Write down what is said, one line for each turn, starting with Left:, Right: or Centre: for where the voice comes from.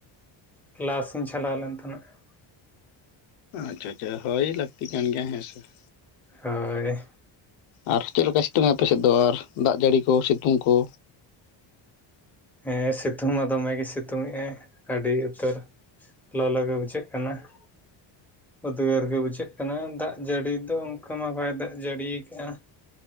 Centre: ᱠᱞᱟᱥ ᱤᱧ ᱪᱟᱞᱟᱣ ᱞᱮᱱ ᱛᱟᱦᱮᱱᱟ ᱾
Left: ᱟᱪᱪᱷᱟ, ᱟᱪᱪᱷᱟ᱾ ᱦᱳᱭ ᱞᱟᱹᱠᱛᱤ ᱠᱟᱱ ᱜᱮᱭᱟ ᱦᱮᱸ ᱥᱮ ᱾
Centre: ᱦᱳᱭ᱾
Left: ᱟᱨ ᱪᱮᱫ ᱞᱮᱠᱟ ᱥᱤᱛᱩᱝ ᱮᱜ ᱟᱯᱮ ᱥᱮᱫ ᱫᱚ ᱟᱨ ᱫᱟᱜ ᱡᱟᱹᱲᱤ ᱠᱚ ᱥᱤᱛᱩᱝ ᱠᱚ?
Centre: ᱦᱮᱸ ᱥᱤᱛᱩᱝ ᱢᱟ ᱫᱚᱢᱮ ᱜᱮ ᱥᱤᱛᱩᱝ ᱮᱫ ᱟᱭ ᱟᱹᱰᱤ ᱩᱛᱟᱹᱨ ᱾ ᱞᱚᱞᱚ ᱜᱮ ᱵᱩᱡᱷᱟᱹᱜ ᱠᱟᱱᱟ ᱾ ᱩᱫᱽᱜᱟᱹᱨ ᱜᱮ ᱵᱩᱡᱷᱟᱹᱜ ᱠᱟᱱᱟ ᱾ ᱫᱟᱜ ᱡᱟᱹᱲᱤ ᱫᱚ ᱚᱱᱠᱟ ᱢᱟ ᱵᱟᱭ ᱫᱟᱜ ᱡᱟᱹᱲᱤᱭᱟ ᱟᱠᱟᱫᱼᱟ ᱾